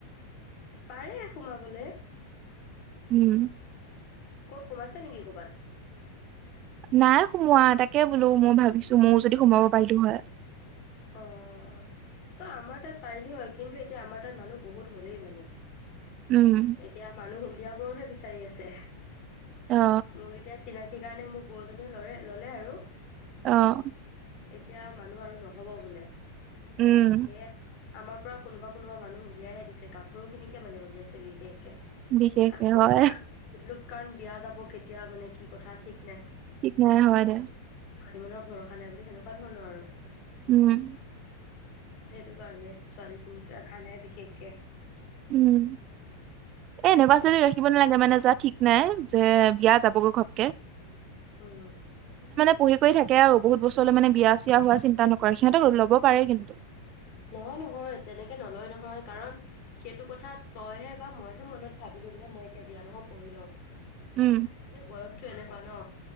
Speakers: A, on the left; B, on the right.
A: পাৰে সোমাবলে?
B: উম
A: ক'ত সোমাইছে নেকি ক'বাত?
B: নাই সোমোৱা, তাকে বোলো মই ভাবিছো ময়ও যদি সোমাব পাৰিলো হয়।
A: অ, ত আমাৰ তাত পাৰিলি হয়, কিন্তু এতিয়া আমাৰ তাত মানুহ বহুত হ'লেই মানে
B: উম
A: এতিয়া মানুহ উলিয়াবৰ হে বিচাৰি আছে।
B: অ
A: মোক এতিয়া চিনাকি কাৰণে মোক বৌ জনীয়ে লৰে ল'লে আৰু,
B: অহ
A: এতিয়া মানুহ আৰু ন হ'ব বোলে।
B: উম
A: সেয়াই আমাৰ পৰা কোনোবা-কোনোবা মানুহ উলাইহে দিছে, গাভৰুখিনিকে মানে উলিয়াই দিছে বিশেষকে।
B: বিশেষকে
A: কাৰণ কতে
B: হয়
A: আম <unintelligible> কাৰণ বিয়া যাব কেতিয়া মানে কি কথা ঠিক
B: কি ন হয় দে
A: আনিবলৈ ভৰসা নাই বুলি সেনেকুৱা ধৰণৰ আৰু
B: উম
A: সেইটো কাৰণে ছোৱালী খিনিক ৰখা নাই বিশেষকে
B: উম এ এনেকুৱা
A: বাকী
B: ছোৱালী ৰাখিব নালাগে মানে যা ঠিক নাই যে বিয়া যাবগৈ ঘবকে
A: উম
B: পঢ়ি কৰি থাকে আৰু বহুত বস্তৰলৈ মানে বিয়া চিয়া হোৱা চিন্তা নকৰে সিহঁতে ল'ব পাৰে। কিন্তু
A: নহয় নহয় তেনেকে নলয় নহয় কাৰণ সেইটো কথা তইহে বা মইহে মনত ভাবিলো বোলে মই এতিয়া বিয়া নহয় পঢ়ি লওঁ।
B: উম
A: কিন্তু বয়সতটো এনেকুৱা ন